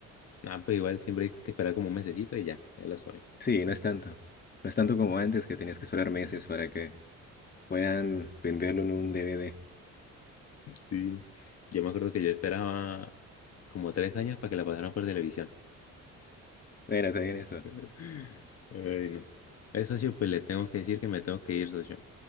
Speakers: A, on the left (about 55°); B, on the left (about 30°).
A: ah, pues igual siempre hay que esperar como un mesecito y ya, ya la suben.
B: Sí, no es tanto. No es tanto como antes que tenías que esperar meses para que puedan venderlo en un DVD.
A: Sí. Yo me acuerdo que yo esperaba como tres años para que la pasaran por televisión.
B: Mira, está bien eso.
A: <laughs> Ay, no. Eh, socio, pues le tengo que decir que me tengo que ir, socio.